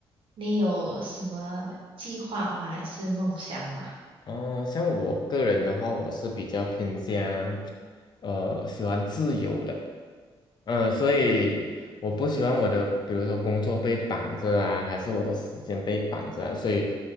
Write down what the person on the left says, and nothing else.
哦，像我个人的话，我是比较偏向，呃，喜欢自由的，嗯、所以我不喜欢我的，比如说工作被绑着啊，还是我的时间被绑着啊，所以